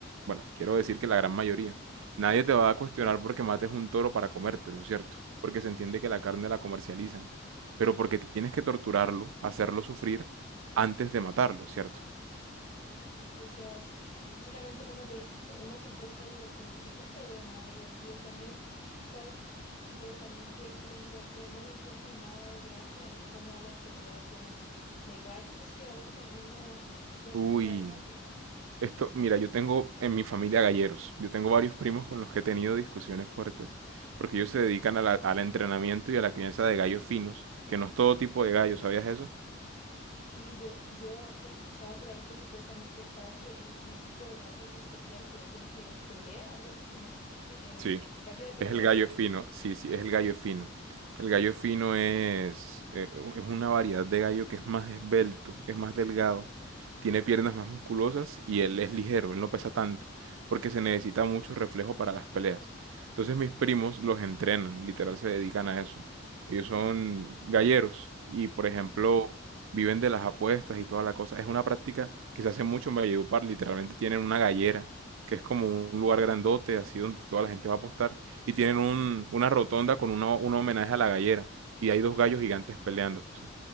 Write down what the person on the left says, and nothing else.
sí,
exacto. O sea, es- y solamente como te dice, fue una supuesta diversión, porque yo no le veo nada divertido y también, ¿sabes? qué? Eh, también que le encuentro, no le encuentro nada de gracia, es como a las peleas de, de gallos, es que a veces algunos ponen
a pelear gallos.
Sí, yo, yo había escuchado por ahí que supuestamente está que el, un tipo de gallo en especial que es el que pelea, algo así como pe- eh,
gallo de pelea
le llaman.
Ok.
Sí,